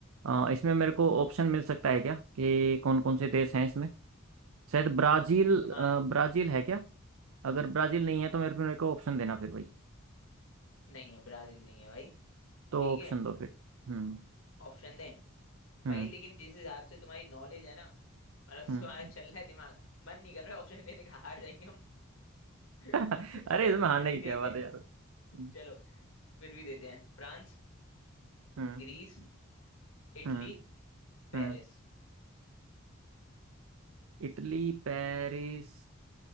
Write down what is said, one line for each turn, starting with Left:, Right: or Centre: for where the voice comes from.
Right: अ, इसमें मेरे को ऑप्शन मिल सकता है क्या कि कौन कौन से देश हैं इसमें शायद ब्राजील
Left: भाई तुम्हारा
Right: अ, ब्राजील है क्या अगर ब्राजील नहीं है तो मेरे को मेरे को ऑप्शन देना फिर भाई
Left: नहीं है ब्राजील नहीं है भाई
Right: तो
Left: ठीक
Right: ऑप्शन
Left: है
Right: दो फिर हम्म
Left: ऑप्शन दे
Right: हम्म
Left: भाई लेकिन जिस हिसाब से तुम्हारी नॉलेज है ना मतलब
Right: हम्म
Left: तुम्हारा चल रहा है दिमाग मन नहीं कर रहा ऑप्शन देने का हार जाएंगे हम
Right: <laughs>
Left: <laughs> चलो
Right: अरे इसमें हारने
Left: फिर भी
Right: की
Left: देते
Right: क्या बात है
Left: हैं
Right: यार हम्म
Left: चलो फिर भी देते हैं France
Right: हम्म
Left: Greece Italy
Right: हम्म
Left: Paris
Right: हम्म। इटली पेरिस